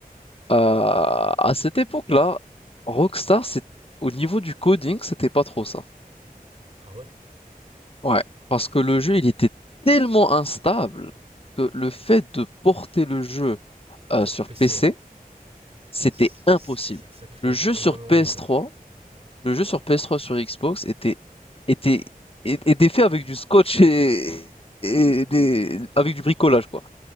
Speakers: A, on the left; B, on the right.
A: à cette époque-là, Rockstar, c'est au niveau du coding, c'était pas trop ça.
B: Ah ouais
A: Ouais, parce que le jeu, il était tellement instable que le fait de porter le jeu
B: Sur
A: euh, sur
B: PC,
A: PC, c'était
B: ça,
A: impossible.
B: ça- ça créait
A: Le
B: énormément
A: jeu sur
B: de bugs.
A: PS3,
B: Hmm.
A: le jeu sur PS3 sur Xbox était était é- était fait avec du scotch et, et des avec du bricolage quoi.